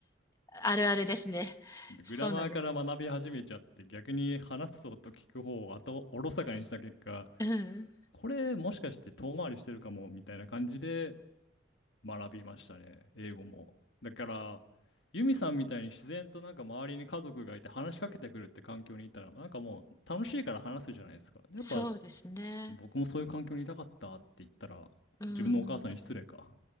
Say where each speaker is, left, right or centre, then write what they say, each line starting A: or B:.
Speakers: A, on the left (about 20°); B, on the left (about 75°).
A: あるあるですね。
B: グラマーから学び始めちゃって逆に話す方と聞く方を後おろそかにした結果、
A: そうなんです。うん。
B: これもしかして遠回りしてるかもみたいな感じで学びましたね、英語も。だから、ユミさんみたいに自然となんか周りに家族がいて話しかけてくるって環境にいたら、なんかもう楽しいから話すじゃないですか。でやっぱ
A: そうですね。
B: 僕もそういう環境にいたかったって言ったら、
A: うん。
B: 自分のお母さんに失礼か。